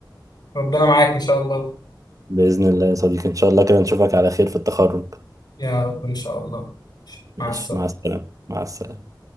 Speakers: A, on the left; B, on the right.
A: وربنا معاك إن شاء الله
B: بإذن الله يا صديقي إن شاء الله كده نشوفك على خير في التخرج
A: يا رب إن شاء الله
B: ماشي
A: مع السلامة
B: مع السلامة مع السلامة